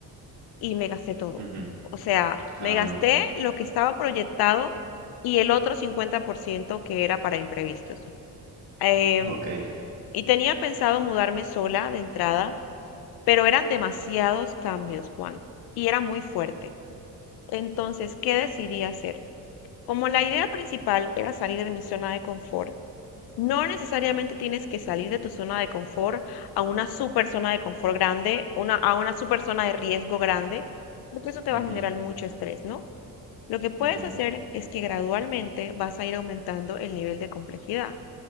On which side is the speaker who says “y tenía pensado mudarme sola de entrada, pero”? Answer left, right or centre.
Left